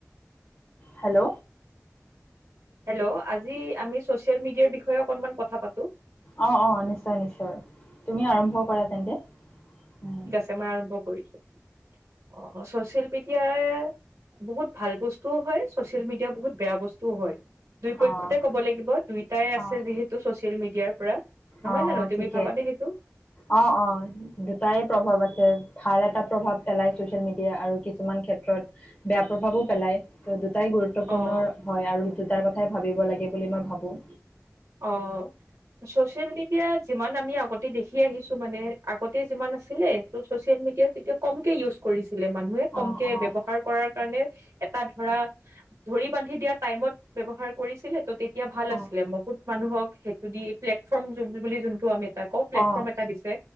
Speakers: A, on the left; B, on the right.
A: হেল্ল'!
B: হেল্ল'! আজি আমি ছচিয়েল মিডিয়াৰ বিষয়ে অকনমান কথা পাতোঁ।
A: অ', অ', নিশ্চয়, নিশ্চয় তুমি আৰম্ভ কৰা তেন্তে উম।
B: ত'‌ মই আৰম্ভ কৰিছোঁ, অ', ছচিয়েল মিডিয়াই বহুত ভাল বস্তুও হয়, ছচিয়েল মিডিয়া বহুত বেয়া বস্তুও হয়। দুইপক্ষতে
A: অ',
B: ক'ব লাগিব, দুইটাই আছে
A: অ',
B: যিহেতু ছচিয়েল মিডিয়াৰ পৰা। নহয়
A: অ',
B: জানোঁ?
A: অ',
B: তুমি
A: ঠিকে
B: ভাবানে সেইটো?
A: অ', অ'। দুটাই প্ৰভাৱ আছে, ভাল এটা প্ৰভাৱ পেলাই ছচিয়েল মিডিয়া, আৰু কিছুমান ক্ষেত্ৰত বেয়া প্ৰভাৱো পেলাই, ত' দুটাই গুৰু গুৰুত্বপূৰ্ণৰ
B: অ',
A: হয়, আৰু দুটাৰ কথাই ভাবিব লাগে বুলি মই ভাবোঁ।
B: অ'। চচিয়েল মিডিয়া যিমান আমি আগতে দেখি আহিছোঁ মানে, আগতে যিমান আছিলে ত' চচিয়েল মিডিয়াত তেতিয়া কমকে ইউজ কৰিছিলে মানুহে, কমকে
A: অ', অ',
B: ব্যৱহাৰ কৰাৰ কাৰণে এটা ধৰা ধৰি বান্ধি দিয়া টাইমত ব্যৱহাৰ কৰিছিলে। ত' তেত য়া ভাল
A: অ',
B: আছিলে, বহুত মানুহক সেইটো দি প্লেটফৰ্ম যোনটো বুলি যোনটো আমি <unintelligible> প্লেটফৰ্ম
A: অ',
B: এটা দিছে,